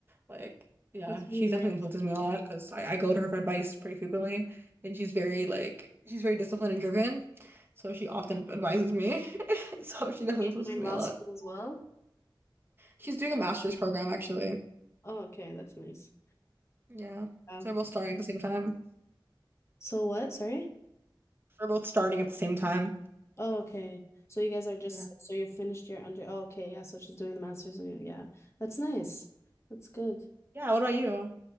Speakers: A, on the right (about 25°); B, on the left (about 35°).
A: like yeah,
B: that's really
A: she
B: nice.
A: definitely influences me a lot because I, I go to her for advice pretty frequently, and she's very like she's very disciplined and driven. So she often advises me. <laughs> So she definitely
B: She's
A: influences
B: doing
A: me
B: law
A: a lot.
B: school as well.
A: She's doing a master's program actually.
B: Oh, okay, that's nice.
A: Yeah,
B: Yeah.
A: so we're both starting at the same time.
B: so what? Sorry?
A: We're both starting at the same time.
B: Oh, okay. So you guys are just
A: Yeah.
B: so you're finished your under. Oh, okay, yeah. So she's doing the master's and you yeah. That's nice. That's good.
A: Yeah. What about you?